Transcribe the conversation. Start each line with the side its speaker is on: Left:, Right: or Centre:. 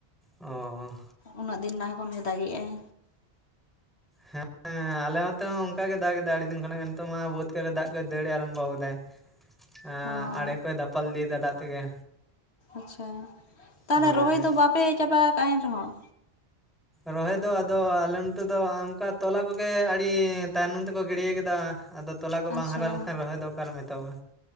Centre: ᱚ
Left: ᱩᱱᱟᱹᱜ ᱫᱤᱱ ᱞᱟᱦᱟ ᱠᱷᱚᱱ ᱜᱮ ᱫᱟᱜᱮᱜᱼᱟᱭ᱾
Centre: ᱦᱮᱸ ᱟᱞᱮ ᱚᱱᱛᱮ ᱦᱚᱸ ᱚᱱᱠᱟ ᱜᱮ ᱫᱟᱜ ᱮᱟ ᱟᱹᱰᱤ ᱫᱤᱱ ᱠᱷᱚᱱᱟᱜ ᱜᱮ ᱱᱤᱛᱚᱜ ᱢᱟ ᱵᱟᱹᱫ ᱡᱤᱛ ᱠᱚᱨᱮ ᱫᱟᱜ ᱠᱚ ᱫᱟᱹᱲ ᱟᱨᱚᱵᱷᱚ ᱟᱠᱟᱫᱟᱭ ᱟᱸᱻ
Left: ᱚ
Centre: ᱟᱲᱮ ᱠᱚᱭ ᱫᱟᱯᱟᱞ ᱤᱫᱤ ᱫᱟ ᱫᱟᱜ ᱛᱮᱜᱮ᱾
Left: ᱟᱪᱪᱷᱟ ᱛᱟᱦᱞᱮ
Centre: ᱦᱳᱭ
Left: ᱨᱚᱦᱚᱭ ᱫᱚ ᱵᱟᱯᱮ ᱪᱟᱵᱟ ᱟᱠᱟᱫ-ᱟ ᱮᱱ ᱨᱮᱦᱚᱸ
Centre: ᱨᱚᱦᱚᱭ ᱫᱚ ᱟᱫᱚ ᱟᱞᱮ ᱱᱚᱛᱮ ᱫᱚ ᱚᱱᱠᱟ ᱛᱚᱞᱟ ᱠᱚᱜᱮ ᱟᱹᱰᱤ ᱛᱟᱭᱱᱚᱢ ᱛᱮᱠᱚ ᱜᱤᱲᱤᱭᱟ ᱠᱮᱫᱟ᱾ ᱟᱫᱚ ᱛᱚᱞᱟ ᱠᱚ
Left: ᱟᱪᱪᱷᱟ
Centre: ᱵᱟᱝ ᱦᱟᱨᱟ ᱞᱮᱱᱠᱷᱟᱱ ᱨᱚᱦᱚᱭ ᱫᱚ ᱚᱠᱟᱨᱮᱢ ᱮᱛᱚᱦᱚᱵᱟ